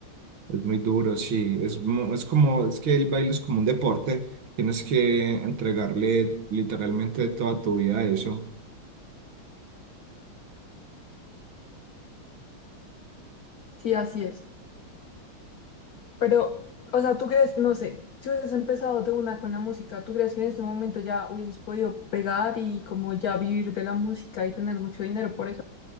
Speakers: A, on the right (about 70°); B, on the left (about 55°).
A: Es muy duro, sí. Es, mu- es como, es que el baile es como un deporte. Tienes que entregarle literalmente toda tu vida a eso.
B: Sí, así es. Pero, o sea, ¿tú crees, no sé, si hubieses empezado de una con la música, ¿tú crees que en este momento ya hubieses podido pegar y como ya vivir de la música y tener mucho dinero por eso?